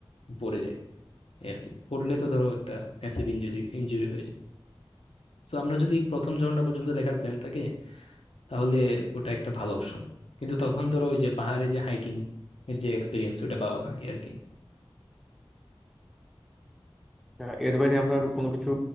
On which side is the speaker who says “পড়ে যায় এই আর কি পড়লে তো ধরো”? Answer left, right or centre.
Left